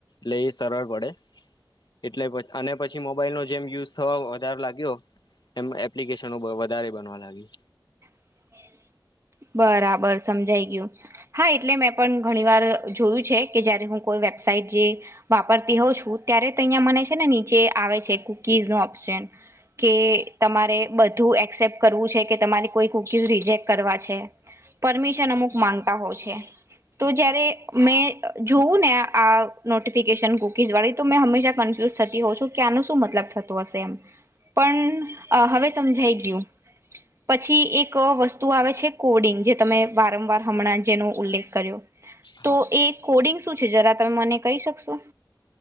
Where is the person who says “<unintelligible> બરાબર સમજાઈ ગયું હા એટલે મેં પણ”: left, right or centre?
Right